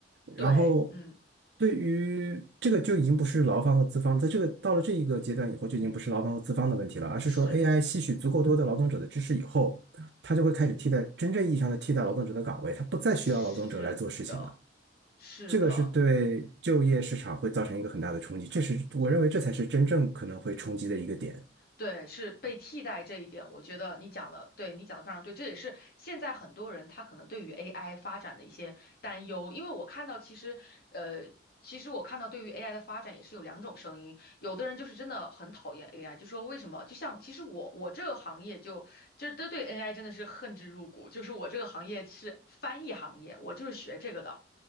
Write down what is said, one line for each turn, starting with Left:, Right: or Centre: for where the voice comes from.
Left: 对，
Right: 然后，
Left: 嗯，
Right: 对于这个就已经不是劳方和资方，在这个到了这一个阶段以后，就已经不是劳方和资方的问题了，而是说
Left: 是
Right: AI 吸取足够多的劳动者的知识以后，它就会开始替代真正意义上的替代劳动者的岗位，它不再需要劳动者来做事情了。
Left: 是的。是的，
Right: 这个是对就业市场会造成一个很大的冲击，这是我认为这才是真正可能会冲击的一个点。
Left: 对，是被替代这一点，我觉得你讲的，对，你讲的非常对，这也是现在很多人他可能对于 AI 发展的一些担忧，因为我看到其实，呃，其实我看到对于 AI 的发展也是有两种声音，有的人就是真的很讨厌 AI，就说为什么？就像其实我我这个行业就就是对对 AI 真的是恨之入骨，就是我这个行业是翻译行业，我就是学这个的。